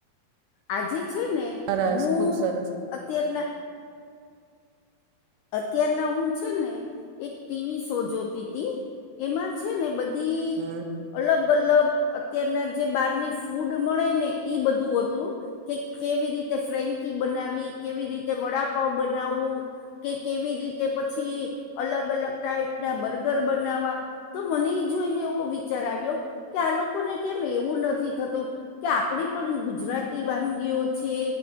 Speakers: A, on the left (about 80°); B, on the right (about 80°).
A: આજે છે ને
B: સરસ
A: હું
B: ખુબ સરસ
A: અત્યારના અત્યારના હું છે ને એક ટીવી શો જોતી તીતી એમાં છે ને બ <unintelligible>
B: હમ
A: અલગ અલગ અત્યારના જે બહારની ફૂડ મળે ને ઈ બધું હતું કે કેવી રીતે ફ્રેન્કી બનાવી કેવી રીતે વડાપાવ બનાવવું. કે કેવી રીતે પછી અલગ અલગ ટાઈપ ના બર્ગર બનાવા. તો મને એ જોઈને એવો વિચાર આવ્યો કે આ લોકોને કેમ એવું નથી થતું કે આપડી પણ ગુજરાતી વાનગીઓ છે.